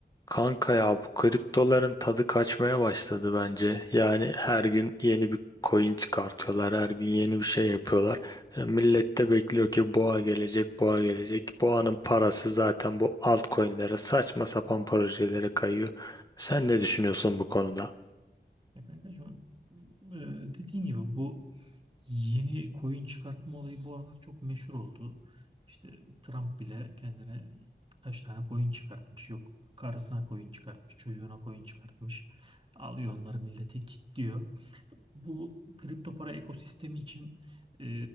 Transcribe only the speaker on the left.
Kanka ya bu kriptoların tadı kaçmaya başladı bence. Yani her gün yeni bir coin çıkartıyorlar, her gün yeni bir şey yapıyorlar. E, Millet de bekliyor ki boğa gelecek, boğa gelecek. Boğanın parası zaten bu altcoin'lere, saçma sapan projelere kayıyor. Sen ne düşünüyorsun bu konuda?